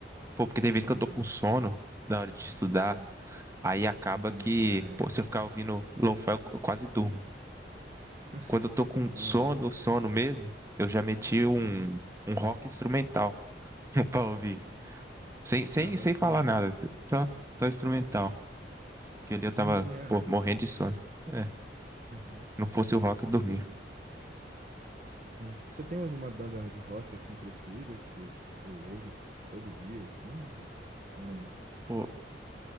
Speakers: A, on the right (about 15°); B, on the right (about 40°).
A: Pô, porque tem vezes
B: Entendi.
A: que eu tô com sono na hora de estudar,
B: Hum.
A: aí acaba
B: Uhum.
A: que,
B: Ah,
A: pô,
B: é.
A: se eu ficar ouvindo lo-fi, eu, eu quase durmo.
B: <laughs>
A: Quando eu tô com sono,
B: Aham.
A: sono mesmo, eu já meti um, um rock instrumental <laughs> pra ouvir.
B: Uhum.
A: Sem, sem,
B: Ah, bacana,
A: sem falar
B: bacana.
A: nada, só, só instrumental. Porque ali eu
B: Sim,
A: tava,
B: sim, é.
A: pô,
B: é.
A: morrendo de sono. É,
B: Aham.
A: não fosse o rock, eu dormia.
B: Entendi. Sim. Você tem alguma banda de rock assim preferida que você pô, ouve todo dia, assim? Ou ou não?
A: Pô,